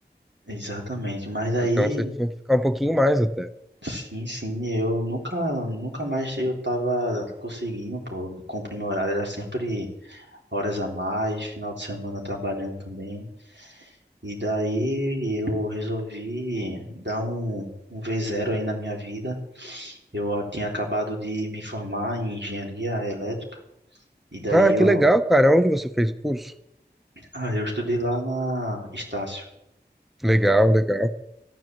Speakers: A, on the right; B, in the centre.
A: Exatamente, mas aí,
B: Então você tinha que ficar um pouquinho mais até.
A: sim, sim, eu nunca, nunca mais eu tava conseguindo, pô, cumprir meu horário, era sempre horas a mais, final de semana trabalhando também, e daí eu resolvi dar um, um V0 aí na minha vida, eu ah, tinha acabado de me formar em engenharia elétrica, e daí
B: Ah,
A: eu,
B: que legal, cara. Onde você fez o curso?
A: ah, eu estudei lá na Estácio,
B: Legal, legal.